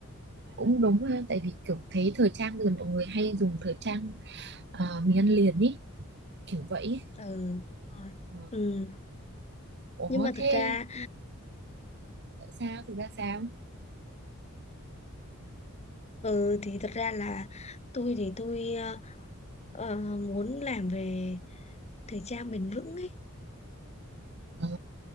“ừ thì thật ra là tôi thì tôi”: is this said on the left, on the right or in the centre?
Left